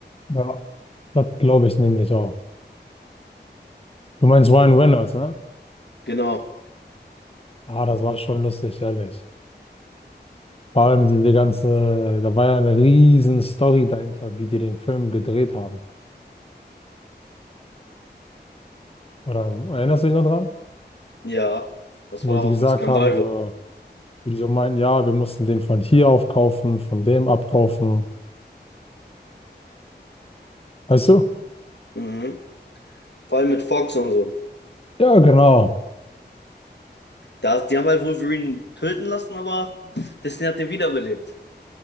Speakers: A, on the left; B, on the left.
A: Ja. Das glaube ich nämlich auch. Du meinst Ryan Reynolds, ne?
B: Genau.
A: Ah, das war schon lustig, ehrlich. Vor allem diese ganze, da war ja eine riesen Story dahinter, wie die den Film gedreht haben. Oder erinnerst du dich noch dran?
B: Ja, das
A: Wo
B: war
A: die
B: auch
A: gesagt
B: ein Skandal,
A: haben, so.
B: glaube ich.
A: wo die so meinen, ja, wir mussten den von hier aufkaufen, von dem abkaufen. Weißt du?
B: Mhm. Vor allem mit Fox und so.
A: Ja, genau.
B: Da, die haben halt Wolverine töten lassen, aber Disney hat den wiederbelebt.